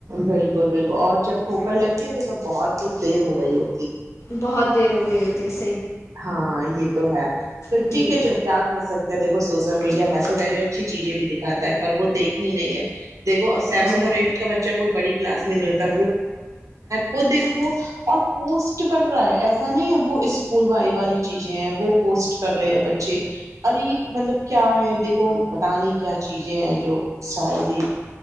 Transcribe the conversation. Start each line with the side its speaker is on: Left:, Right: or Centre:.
Right: بالکل بالکل اور جب ٹھوکر لگتی ہے تو سب بہت کچھ دیر ہو گئی ہو
Left: بہت دیر ہو گئی ا تیس
Right: ہاں یہ تو ہے پھر
Left: جی
Right: ٹھیک ہے جو کیا کر سکتے ہیں دیکھو سوشل میڈیا می تو کہہ رہی اچھی چیزیں بھی دکھاتا ہے پر وہ دیکھنی نہیں ہے دیکھو سیونتھ
Left: جی
Right: اور ایٹھ کا بچہ کوئی بڑی کلاس میں نہیں ہوتا وہ دیک وہ اور پوسٹ کر رہا ہے ایسا نہیں ہے وہ اسکول بائی والی چیزیں ہیں وہ پوسٹ کر رہے ہیں بچے ارے مطلب کیا ہے دیکھو پت نہیں کیا چیزیں ہیں جو سا جی